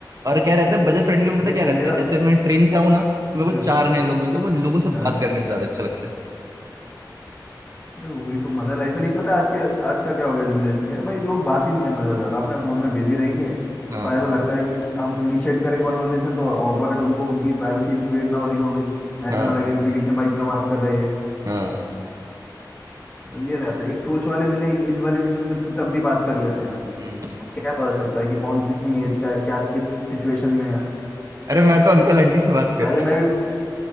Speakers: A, on the right; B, on the left.
A: और क्या रहता है बजट फ्रेंडली में पता
B: देखो
A: क्या रहता
B: मेरा
A: है जैसे मैं ट्रेन से आऊँ ना तो मेरे
B: हाँ
A: को चार नए लोग मिलते हैं मुझे लोगों से
B: हाँ
A: बात करने में ज्यादा अच्छा लगता है
B: ये वही तो मजा लाइफ है लेकिन पता है आज के आज का क्या हो गया जनरेशन का भाई लोग बात ही नहीं करना चाहते ज्यादा अपने फोन में बिजी रहेंगे
A: हाँ
B: और ऐसा लगता है कि हम इनिशिएट करें कॉन्वर्सेशन तो ऑकवर्ड उनको उनकी प्राइवेसी इन्वेड ना हो रही हो गई ऐसा
A: हाँ
B: ना लगे कि बीच में भाई क्यों बात कर रहे हैं
A: हाँ
B: बस ये रहता है एक सोच वाले मिले एक एज वाले मिले तो जब तब भी बात कर लेते हैं
A: हम्म
B: अब क्या पता चलता है कि कौन कितनी एज का है क्या किस सिचुएशन में है
A: अरे मैं तो अंकल आंटी से बात करता
B: पहले मैं भी